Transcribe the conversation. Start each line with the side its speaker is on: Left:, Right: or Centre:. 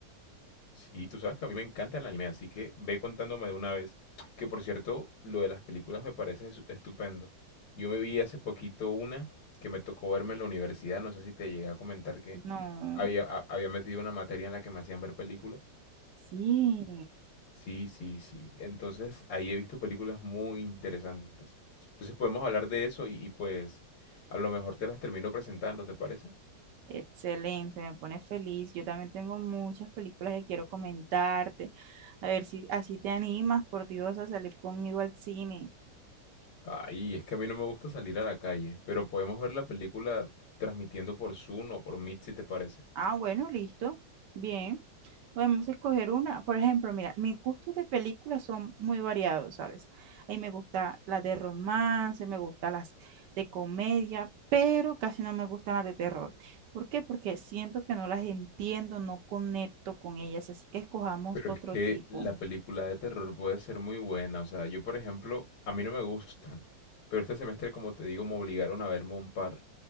Left: Sí, tú sabes que a mí me encanta el anime, así que ve contándome de una vez. Que por cierto, lo de las películas me parece es- estupendo. Yo me vi hace poquito una que me tocó verme en la universidad, no sé si te llegué a comentar que
Right: No.
Left: había, a- había metido una materia en la que me hacían ver películas.
Right: Sí.
Left: Sí, sí, sí. Entonces, ahí he visto películas muy interesantes. Entonces, podemos hablar de eso y, y, pues a lo mejor te las termino presentando, ¿te parece?
Right: Excelente, me pone feliz. Yo también tengo muchas películas que quiero comentarte. A ver si así te animas, por Dios, a salir conmigo al cine.
Left: Ay, es que a mí no me gusta salir a la calle, pero podemos ver la película transmitiendo por Zoom o por Meet si te parece.
Right: Ah, bueno, listo. Bien. Podemos escoger una. Por ejemplo, mira, mis gustos de películas son muy variados, ¿sabes? Ahí me gusta las de romance, me gustan las de comedia, pero casi no me gustan las de terror. ¿Por qué? Porque siento que no las entiendo, no conecto con ellas, así que escojamos
Left: Pero
Right: otro
Left: es que
Right: tipo.
Left: la película de terror puede ser muy buena. O sea, yo, por ejemplo, a mí no me gustan, pero este semestre, como te digo, me obligaron a verme un par